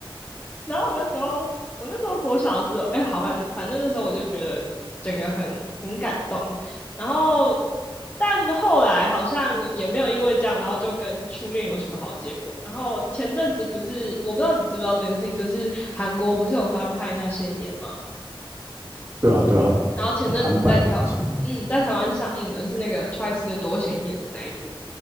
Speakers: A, on the left (about 20°); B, on the right (about 35°).
A: 然后我那时候，我那时候国小的时候，哎，好，反反正那时候我就觉得整个很很感动。然后，但后来好像也没有因为这样，然后就跟初恋有什么好结果。然后前阵子不是，我不知道你知不知道这件事情，就是韩国不是有翻拍那些年吗？
B: 对啊，对啊，
A: 然后前阵子在台，
B: 韩版的那些。
A: 嗯，在台湾上映了，是那个 Twice 的多贤演的那一部。